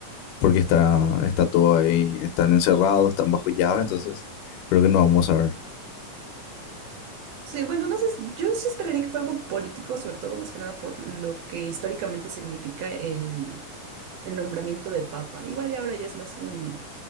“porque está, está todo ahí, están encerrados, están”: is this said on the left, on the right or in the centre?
Left